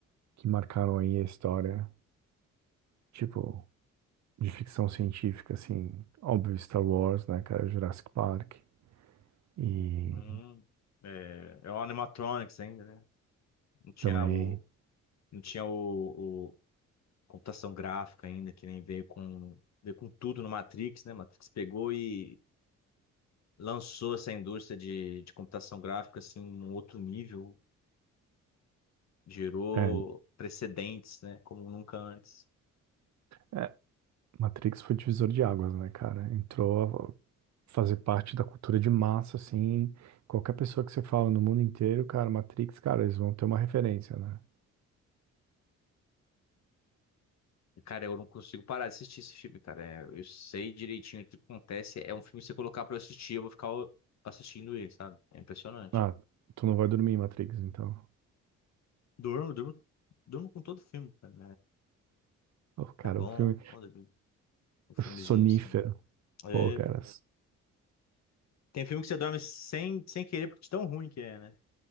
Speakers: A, on the right; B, on the left.
A: que marcaram aí a história, tipo, de ficção científica, assim, óbvio, Star Wars, né, cara, Jurassic Park, e
B: Uhum. É, é o animatronics ainda, né? Não tinha
A: também,
B: o, não tinha o, o computação gráfica ainda, que nem veio com, veio com tudo no Matrix, né? Matrix pegou e lançou essa indústria de, de computação gráfica assim, um outro nível, gerou
A: é,
B: precedentes, né? Como nunca antes.
A: é, Matrix foi divisor de águas, né, cara, entrou a fazer parte da cultura de massa, assim, qualquer pessoa que você fala no mundo inteiro, cara, Matrix, cara, eles vão ter uma referência, né,
B: E, cara, eu não consigo parar de assistir esse filme, cara. É, eu sei direitinho o que acontece. É um filme que você colocar pra eu assistir, eu vou ficar o- assistindo ele, sabe? É impressionante.
A: ah, tu não vai dormir, Matrix, então,
B: Durmo, durmo, durmo com todo filme, cara.
A: Oh, cara,
B: É, é bom,
A: o filme
B: bom dormir com um filmezinho
A: sonífero,
B: assim. É,
A: pô, cara,
B: Tem filme que você dorme sem, sem querer porque de tão ruim que é, né?